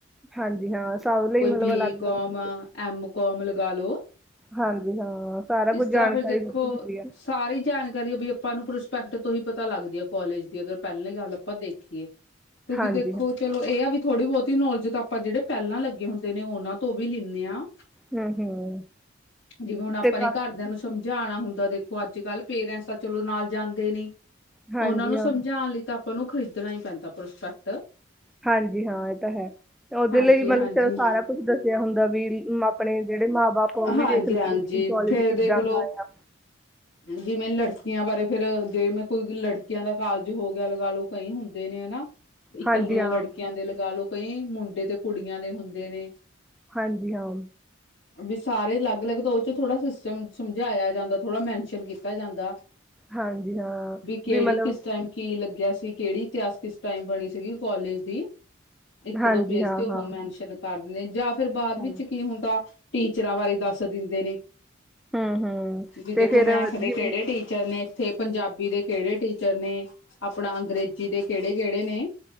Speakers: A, in the centre; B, on the left.
A: ਹਾਂਜੀ ਹਾਂ ਸਭ ਲਈ
B: ਕੋਈ
A: ਮਤਲਬ
B: ਬੀਕੌਮ
A: ਅਲੱਗ ਅਲੱਗ
B: ਐੱਮ ਕੋਮ ਲਗਾ ਲੋ।
A: ਹਾਂਜੀ-ਹਾਂ, ਸਾਰਾ
B: ਇਸ
A: ਕੁੱਝ ਜਾਣਕਾਰੀ
B: ਤਰ੍ਹਾਂ ਫਿਰ ਦੇਖੋ
A: ਦੀਤੀ ਹੁੰਦੀ ਆ।
B: ਸਾਰੀ ਜਾਨਕਾਰੀ ਓ ਵੀ ਅ ਪਾਂ ਨੂੰ ਪ੍ਰੋਸਪੈਕਟ ਤੋਂ ਹੀ ਪਤਾ ਲਾਗਦੀ ਆ ਕੋਲੇਜ ਦੇ ਅਗਰ ਪੈਲੀ ਗਾੱਲ ਅਪਾਂ ਦੇਖੀਏ, ਕਿਉਂਕਿ
A: ਹਾਂਜੀ
B: ਦੇਖੋ
A: ਹਾਂ,
B: ਚਲੋ ਏ ਆ ਵੀ ਥੋੜੀ-ਬੋਤੀ ਨੌਲੇਜ ਤਾਂ ਅਪਾਂ ਜੇੜੇ ਪੈਲਾਂ ਲੱਗੇ ਹੁੰਦੇ ਨੇ ਓਨਾਂ ਤੋਂ ਵੀ ਲੀਨੇ ਆ।
A: ਹੂੰ ਹੂੰ
B: ਜਿਵੇਂ ਹੁਣ ਆਪਾਂ
A: ਤੇ ਕਾ-
B: ਨੇ ਘਰਦੇਆਂ ਨੂੰ ਸਮਝਾਣਾ ਹੁੰਦਾ ਦੇਖੋ ਆੱਜ ਕਾੱਲ ਪੇਰੈਂਟਸ ਤਾਂ ਚਲੋ ਨਾਲ ਜਾਂਦੇ ਨੀ।
A: ਹਾਂਜੀ
B: ਓਨਾਂ ਨੂੰ
A: ਹਾਂ
B: ਸਮਝਾਨ ਲਈ ਤਾਂ ਆਪਾਂ ਨੂੰ ਖ਼ਰੀਦਨਾ ਹੀ ਪੈਂਦਾ ਪ੍ਰੋਸਪੈਕਟ।
A: ਹਾਂਜੀ-ਹਾਂ, ਏ ਤਾਂ ਹੈ, ਓਦੇ
B: ਹਾਂਜੀ
A: ਲਈ ਮਤਲਬ
B: ਹਾਂਜੀ
A: ਚਲੋ ਸਾਰਾ ਕੁੱਝ ਦੱਸੇਆ ਹੁੰਦਾ ਵੀ ਆਪਣੇ ਜੇੜੇ ਮਾਂ-ਬਾਪ ਓ ਵੀ
B: ਹਾਂਜੀ
A: ਦੇਖ ਲੈਂਦੇ,
B: ਹਾਂਜੀ
A: ਕਿ ਕੋਲੇਜ
B: ਫੇਰ
A: ਕਿੱਦਾਂ
B: ਦੇਖਲੋ
A: ਦਾ ਆ।
B: ਜਿਵੇਂ ਲੜਕੀਆਂ ਬਾਰੇ ਫੇਰ ਜੇ ਮੈਂ ਕੋਈ ਲੜਕੀਆਂ ਦਾ ਕਾਲਜ ਹੋ ਗੇਆ ਲਗਾ ਲੋ ਕਈ ਹੁੰਦੇ ਨੇ, ਹਨਾ। ਇਕੱਲੀਆਂ
A: ਹਾਂਜੀ ਹਾਂ
B: ਲੜਕੀਆਂ ਦੇ ਲਗਾ ਲੋ, ਕਂਈ ਮੁੰਡੇ ਤੇ ਕੁੜੀਆਂ ਦੇ ਹੁੰਦੇ ਨੇ।
A: ਹਾਂਜੀ, ਹਾਂ।
B: ਵੀ ਸਾਰੇ ਲੱਗ-ਲੱਗ, ਤਾਂ ਓ ਚ ਥੋੜਾ ਸਿਸਟਮ ਸਮਝਾਏਆ ਜਾਂਦਾ ਥੋੜਾ ਮੈਨਸ਼ਨ ਕੀਤਾ ਜਾਂਦਾ।
A: ਹਾਂਜੀ ਹਾਂ,
B: ਕਿਹੜੀ
A: ਵੀ ਮਲਬ
B: ਕਿਸ ਟਾਈਮ ਕੀ ਲੱਗੇਆ ਸੀ, ਕੈੜੀ ਇਤਿਹਾਸ ਕਿਸ ਟਾਈਮ ਬਣੀ ਸੀਗੀ ਕੋਲੇਜ ਦੀ। ਇੱਕ-ਦੋ
A: ਹਾਂਜੀ
B: ਪੇਜ
A: ਹਾਂ
B: ਤੇ ਓ
A: ਹਾਂ
B: ਮੈਨਸ਼ਨ ਕਾਰਦੇ ਨੇ ਜਾਂ ਫਿਰ ਬਾਦ
A: ਹਾਂ।
B: ਵਿੱਚ ਹੁਣ ਤਾਂ ਟੀਚਰਾਂ ਬਾਰੇ ਦੱਸ ਦਿੰਦੇ ਨੇ।
A: ਹੂੰ ਹੂੰ
B: ਜੀ ਦੇਖੋ,
A: ਤੇ ਫੇਰ
B: ਮੈਥ
A: ਜਿਵੇਂ
B: ਦੇ ਕੈੜੇ ਟੀ ਟੀਚਰ ਨੇ ਏਥੇ ਪੰਜਾਬੀ ਦੇ ਕਿਹੜੇ ਟੀਚਰ ਨੇ, ਆਪਣਾ ਅੰਗਰੇਜ਼ੀ ਦੇ ਕੇੜੇ-ਕੇੜੇ ਨੇ।